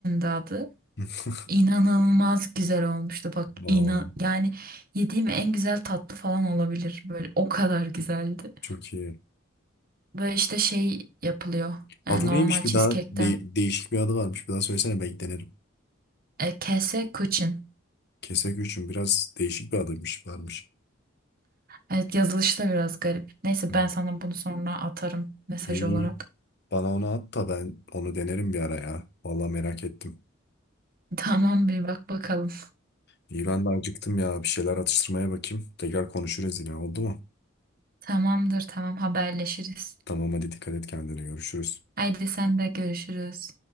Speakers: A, on the right (about 45°); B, on the left (about 55°).
A: adı.
B: <laughs>
A: İnanılmaz güzel olmuştu bak
B: Oo,
A: inan yani yediğim en güzel tatlı falan olabilir böyle o kadar güzeldi.
B: çok iyi.
A: Böyle işte şey yapılıyor e,
B: Adı
A: normal
B: neymiş
A: cheesecake'ten
B: bir daha? De- değişik bir adı varmış. Bir daha söylesene belki denerim.
A: e, kese kuchen.
B: Keseküçüm biraz değişik bir adıymış varmış.
A: Evet yazılışı da biraz garip. Neyse
B: Hı.
A: ben sana bunu sonra atarım mesaj
B: İyi.
A: olarak.
B: Bana onu at da ben onu denerim bir ara ya. Vallahi merak ettim.
A: <laughs> Tamam bir bak bakalım.
B: İyi ben de acıktım ya. Bir şeyler atıştırmaya bakayım. Tekrar konuşuruz yine oldu mu?
A: Tamamdır tamam haberleşiriz.
B: Tamam hadi dikkat et kendine görüşürüz.
A: Haydi sen de görüşürüz.